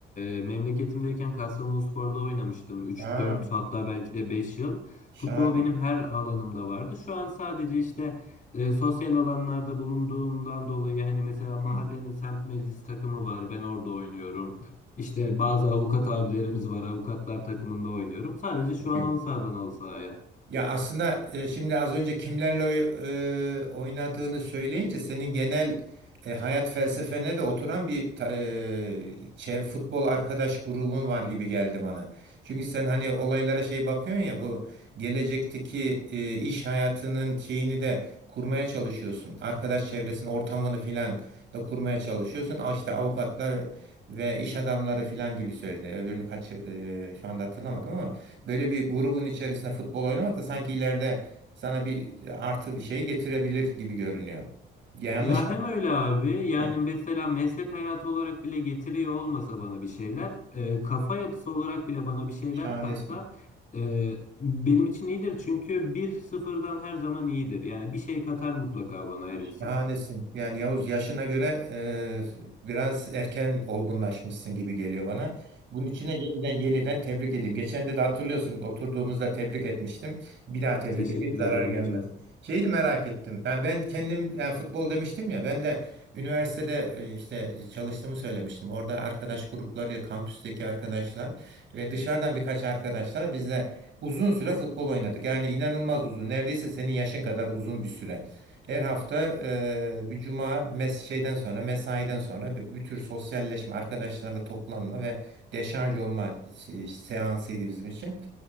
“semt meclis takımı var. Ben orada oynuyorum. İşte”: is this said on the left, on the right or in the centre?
Left